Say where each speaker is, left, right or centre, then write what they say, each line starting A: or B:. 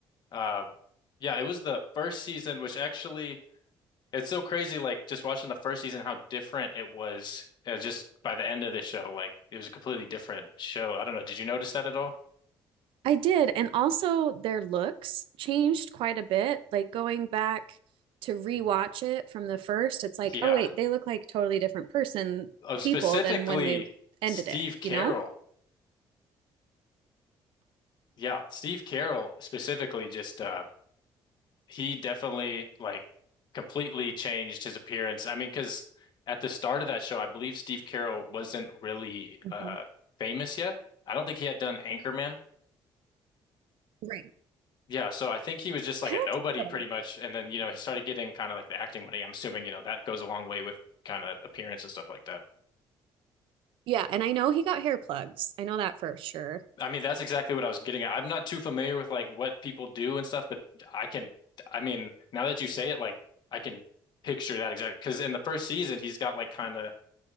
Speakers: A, on the left; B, on the right.
A: Uh, yeah, it was the first season, which actually, it's so crazy. Like just watching the first season, how different it was uh, just by the end of the show. Like it was a completely different show. I don't know. Did you notice that at all? <laughs>
B: I did. And also, their looks changed quite a bit. Like going back to rewatch it from the first, it's like,
A: Yeah.
B: oh, wait, they look like totally different person,
A: Uh, specifically,
B: people than when they ended
A: Steve
B: it,
A: Carell.
B: you know?
A: Yeah, Steve Carell specifically just uh, he definitely like completely changed his appearance. I mean, because at the start of that show, I believe Steve Carell wasn't really
B: Mhm.
A: uh famous yet. I don't think he had done Anchorman.
B: Right.
A: Yeah, so I think he was just like
B: I
A: a
B: don't
A: nobody
B: think so.
A: pretty much. And then, you know, he started getting kind of like the acting money. I'm assuming, you know, that goes a long way with kind of appearance and stuff like that.
B: Yeah, and I know he got hair plugs. I know that for sure.
A: I mean, that's exactly what I was getting at. I'm not too familiar with like what people do and stuff, but I can, I mean, now that you say it, like I can picture that exactly. Because in the first season, he's got like kind of